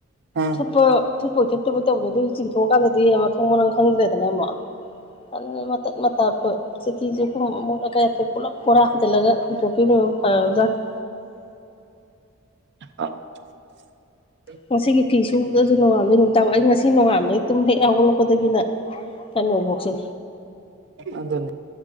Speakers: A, on the right; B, on the left.
A: ꯑ
B: ꯊꯨꯞꯄ ꯊꯨꯞꯄ ꯊꯨꯞꯇꯕꯣꯏ ꯇꯧꯕꯗꯣ ꯑꯗꯨ ꯆꯤꯡꯊꯣꯛꯑꯀꯥꯟꯗꯗꯤ ꯃꯊꯣꯡ ꯃꯅꯪ ꯈꯪꯗ꯭ꯔꯦꯗꯅ ꯑꯃꯨꯛ ꯑꯗꯨꯅ ꯃꯇꯠ ꯃꯇꯥ ꯑꯩꯈꯣꯏ ꯆꯤꯊꯤ ꯆꯦꯈꯨꯝ ꯄꯨꯂꯞ ꯕꯣꯔꯥ ꯍꯥꯟꯖꯤꯜꯂꯒ ꯑꯗꯨꯅꯕꯨ ꯐꯔ ꯖꯠꯅꯦ
A: <unintelligible>
B: ꯉꯁꯤꯒꯤ ꯐꯤ ꯁꯨꯕꯗꯁꯨ ꯅꯣꯉꯥꯟꯕꯗꯩ ꯅꯨꯃꯤꯠ ꯇꯥꯕ ꯐꯧ ꯑꯩ ꯉꯁꯤ ꯁꯤ ꯅꯣꯡꯉꯥꯟꯕꯩ ꯇꯨꯝ ꯍꯦꯛ ꯍꯧꯒꯠꯂꯛꯄꯗꯒꯤꯅ ꯀꯩꯅꯣꯕꯣꯛꯁꯦ
A: ꯑꯗꯨ ꯑꯗꯨꯅꯤ